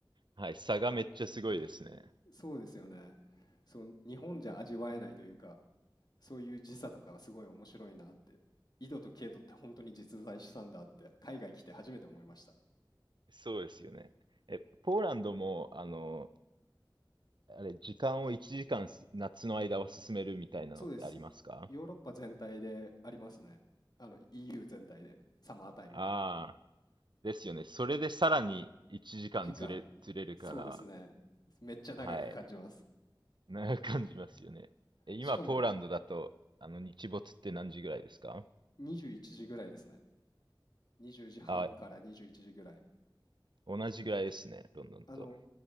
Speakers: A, on the right (about 65°); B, on the left (about 55°).
A: はい。差がめっちゃすごいですね。
B: そうですよね。そう、日本じゃ味わえないというか、そういう時差とかはすごい面白いなって。緯度と経度って本当に実在したんだって、海外来て初めて思いました。
A: そうですよね。え、ポーランドも、あの、あれ、時間を1時間す夏の間は進めるみたいなのってありますか
B: そうです。ヨーロッパ全体でありますね。あの EU 全体で、サマータイムが。
A: ああ、ですよね。それでさらに1時間ずれ、
B: 時間、
A: ずれるから、
B: そうですね。めっちゃ長く感じます。
A: はい。長く感じますよね。え、今、
B: しかも
A: ポーランドだと、あの、日没って何時ぐらいですか
B: 21時ぐらいですね。20時半から21時ぐらい。
A: あ、同じぐらいですね、ロンドンと。
B: あの、